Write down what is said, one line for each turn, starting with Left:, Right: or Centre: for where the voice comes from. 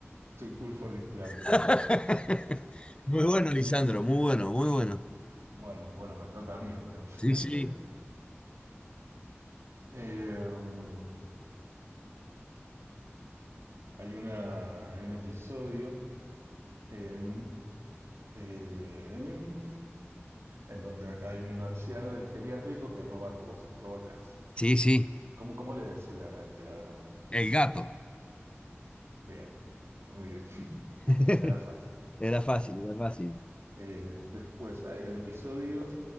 Right: Too cool for this planet, sí.
Left: <laughs> Muy bueno, Lisandro, muy bueno, muy bueno.
Right: Bueno, bueno, me toca a mí entonces.
Left: Sí,
Right: <laughs>
Left: sí.
Right: Eh, <laughs> hay, una, hay un episodio en, eh, en donde hay un anciano del geriátrico que roba cosas, roba casas.
Left: Sí, sí.
Right: ¿Cómo, cómo le decían a este ladrón?
Left: El gato.
Right: Bien, muy bien,
Left: <laughs>
Right: será fácil.
Left: Era fácil, era fácil.
Right: Eh, después, hay el episodio